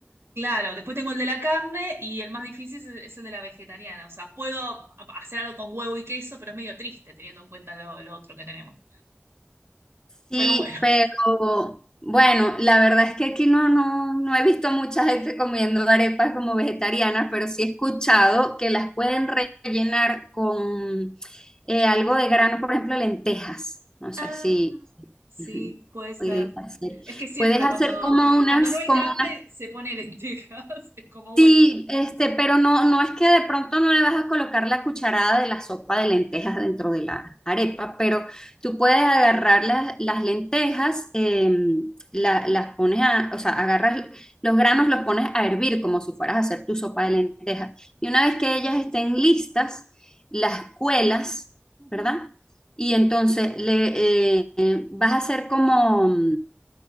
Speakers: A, on the right; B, on the left.
A: claro, después tengo el de la carne y el más difícil es es el de la vegetariana. O sea, puedo a- hacer algo con huevo y queso, pero es medio triste teniendo en cuenta lo, lo otro que tenemos.
B: Sí,
A: Pero bueno.
B: pero
A: <laughs>
B: bueno, la verdad es que aquí no, no, no he visto mucha gente comiendo arepas como vegetarianas, pero sí he escuchado que las pueden rellenar con eh, algo de grano, por ejemplo, lentejas. No sé
A: Ah,
B: si
A: sí,
B: ujú,
A: puede ser.
B: puedes hacer.
A: Es que siempre
B: Puedes hacer
A: cuando,
B: como unas,
A: cuando no hay
B: como
A: carne
B: unas
A: se pone lentejas. <laughs> Es como bueno.
B: Sí, este, pero no, no es que de pronto no le vas a colocar la cucharada de la sopa de lentejas dentro de la arepa, pero tú puedes agarrar las, las lentejas, em, la- las pones a, o sea, agarras los granos, los pones a hervir como si fueras a hacer tu sopa
A: Ujú,
B: de lentejas. Y una vez que ellas estén listas, las cuelas,
A: ujú.
B: ¿verdad? Y entonces le eh, eh, vas a hacer como,